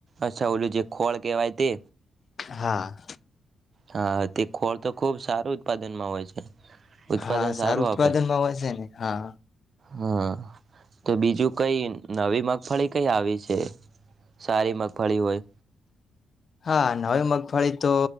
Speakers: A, on the right (about 40°); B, on the left (about 40°).
A: અચ્છા ઓલું જે ખોળ કેવાય તે
B: હા.
A: હા તે ખોળ તો ખુબ સારું ઉત્પાદનમાં હોય છે ઉત્પાદન
B: હા
A: સારું
B: ઉત્પાદનમાં
A: આપે.
B: હોય છે ને હા
A: હા તો બીજું કઈ નવી મગફળી કઈ આવી છે સારી મગફળી હોય.
B: હા નવી મગફળી તો